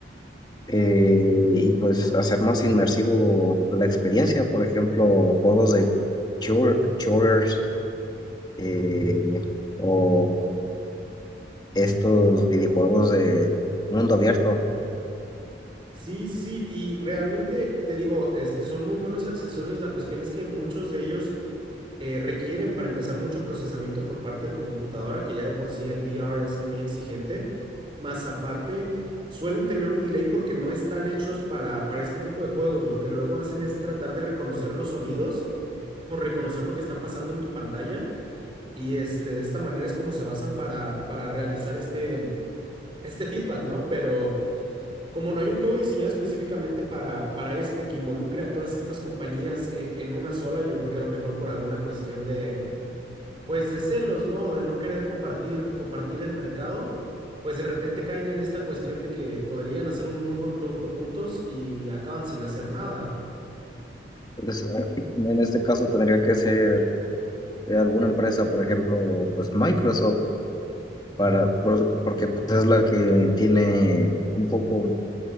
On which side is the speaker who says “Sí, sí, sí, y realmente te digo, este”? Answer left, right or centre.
Right